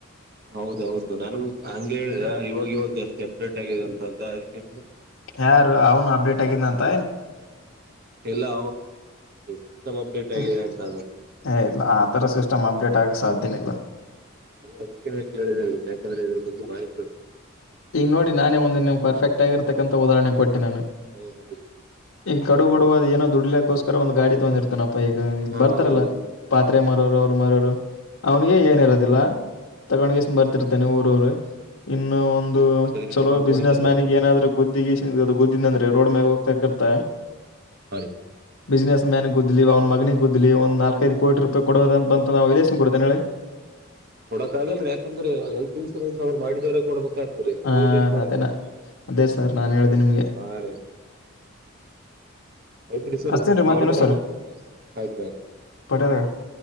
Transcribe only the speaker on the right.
ಹೌದೌದು ನನು ಹಂಗೆ ಹೇಳಿದ ಇವಾಗ ಇವಾಗತ್ತು ಎಷ್ಟು ಅಪ್ಡೇಟ್ ಆಗಿದೆ ಅಂತ ಅಂತ ಅದಕ್ಕೆ
ಎಲ್ಲಾ ಸಿಸ್ಟಮ್ ಅಪ್ಡೇಟ್
ಆಗಿದೆ ಅಂತ
ಅದಕ್ಕೆ ಕೇಳಿದ ಯಾಕಂದ್ರೆ ಇದ್ರ ಬಗ್ಗೆ ಮಾಹಿತಿ ಇರುತದೆ
ಹೌದೌದು
ಹಾ
ಹೌದು
ಯಾಕಂದ್ರೆ
ನಾನ್
ನೋಡಿದ್ದಲ್ಲ
ಹ
ಕೊಡಕಾಗಲ್ಲ ಯಾಕಂದ್ರೆ ಇನ್ಶೂರೆನ್ಸ್ ಮಾಡಿದರೆ ಕೊಡಬೇಕು
ಇವರೇನು ಕೊಡಕ್ಕೆ
ಹಾ ರಂ ಯ್ತ್ರಿ ಸರ್
ಸ್ವಲ್ಪ ಕಾಲ್
ಮಾಡರುದು
ಆಯ್ತತು